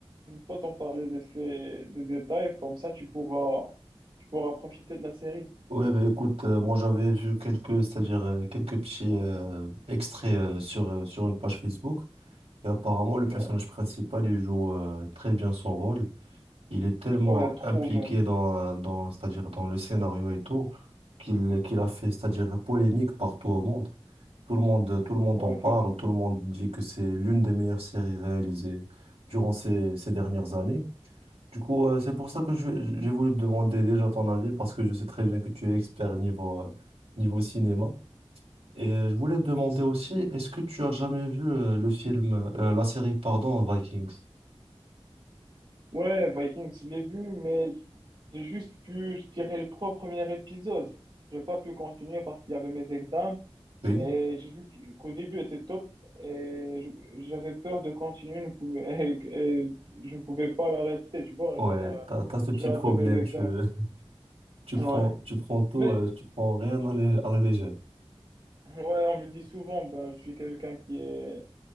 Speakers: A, on the right; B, on the right.
A: je ne peux pas t'en parler de ces, des détails, comme ça tu pourras, tu pourras profiter de la série.
B: Ouais, bah écoute, euh, moi j'avais vu quelques, c'est-à-dire euh, quelques petits euh, extraits euh, sur, euh, sur une page Facebook. Et apparemment, le personnage
A: Ouais,
B: principal, il joue euh, très bien son rôle. il est tellement
A: ouais trop
B: impliqué
A: même.
B: dans, euh, dans, c'est-à-dire dans le scénario et tout, qu'il qu'il a fait, c'est-à-dire polémique partout au monde. Tout le monde, tout le monde
A: Ouais,
B: en
A: effectivement.
B: parle, tout le monde dit que c'est l'une des meilleures séries réalisées durant ces, ces dernières années. Du coup, euh, c'est pour ça que je- j'ai voulu te demander déjà ton avis, parce que je sais très bien que tu es expert niveau, euh, niveau cinéma. Et euh, je voulais te demander aussi, est-ce que tu as jamais vu euh, le film, euh, la série, pardon, Vikings?
A: Ouais, Vikings, je l'ai vu, mais j'ai juste vu, je dirais, les trois premiers épisodes. J'ai pas pu continuer parce qu'il y avait mes examens
B: Oui.
A: et j'ai vu qu- qu'au début était top et je- j'avais peur de continuer, ne pouvais- <laughs> et je ne pouvais pas l'arrêter, tu vois,
B: Ouais,
A: genre, euh,
B: t'as, t'as ce petit
A: je vais rater
B: problème,
A: mes examens.
B: tu... <laughs> Tu prends,
A: Ouais.
B: tu prends tout,
A: Mais,
B: euh, tu prends rien à la, à la légère.
A: ouais, on me dit souvent, ben, je suis quelqu'un qui est,